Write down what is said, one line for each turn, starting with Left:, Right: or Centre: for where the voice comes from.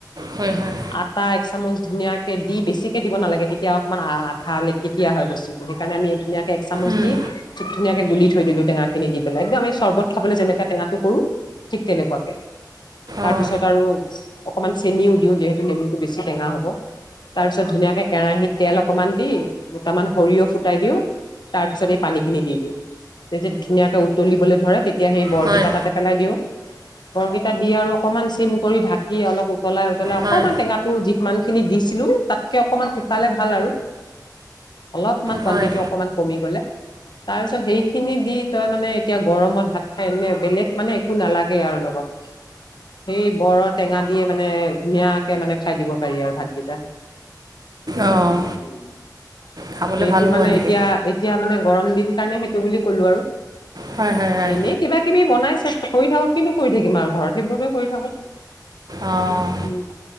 Right: হয় হয়
Left: আটা এক এচামুচ ধুনীয়াকে দি বেছিকে দিব নালাগে। তেতিয়া অকণমান আঠা লেকেতিয়া হয়। বস্তুটো সেইকাৰণে আমি ধুনীয়াক এক চামুচ
Right: অঁ
Left: দি যি ধুনীয়াকে গুলি থৈ দিলো টেঙাখিনি দি পেলাই একদমেই চৰ্বত খাবলৈ যেনেকে টেঙাটো কৰো। ঠিক তেনেকোৱাকে তাৰ
Right: অঁ
Left: পিছত আৰু অকমান চেনিও দিও যিহেতু নেমুটো বেছি টেঙা হব তাৰ পিছত ধুনীয়াকে কেৰাহিত তেল অকমান দি দুটামান সৰিয়হ ফুটাই দিওঁ তাৰ পিছত এই পানীখিনি দি দিওঁ তেতিয়া ধুনীয়াকে উতলিবলৈ ধৰে তেতি এতিয়া সেই বৰগেইটা
Right: হয়
Left: তাতে পেলাই দিওঁ বৰগীত তাত দি আৰু অকণমান চিম কৰি ঢাকি অলপ উ উতলাই উতলাই অকমান
Right: হয়
Left: টেঙাটোৰ যি। কিমানখিনি দিছিলোঁ তাত কে অকণমান শুকালে ভাল আৰু অলপমান কোৱাণ্টিটি
Right: হয়
Left: অকণমান কমি গ'লে তাৰ পিছত সেইখিনি দি তই মানে এতিয়া গৰমত ভাত খাই এনে বেলেগ মানে একো নালাগে আৰু লগত সেই বৰৰ টেঙা দিয়ে মানে ধুনীয়াকে মানে খাই দিব পাৰি আৰু ভাতকেইটা
Right: অঁ
Left: উম
Right: খাবলৈ
Left: সেইটো
Right: ভাল হ'ব
Left: মানে
Right: এনেকৈ
Left: এতিয়া এতিয়া মানে গৰম দিন কাৰণে সেইটো বুলি ক'লো আৰু
Right: হয় হয় হয়
Left: এনেই কিবা কিবি বনাই চেষ্টা কৰি থাকো কিন্তু কৰি থাকিম আৰু ঘৰত। সেইবোৰকে কৰি থাকো
Right: অঁ
Left: উম উম